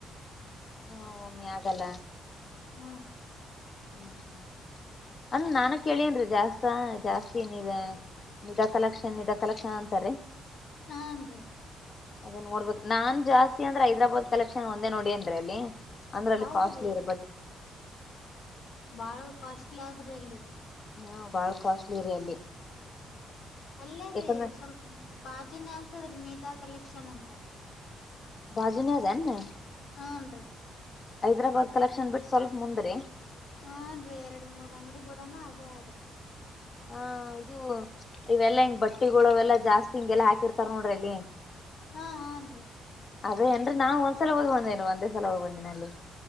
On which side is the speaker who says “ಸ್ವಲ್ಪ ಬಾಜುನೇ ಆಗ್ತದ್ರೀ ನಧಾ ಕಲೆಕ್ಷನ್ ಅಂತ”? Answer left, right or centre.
Left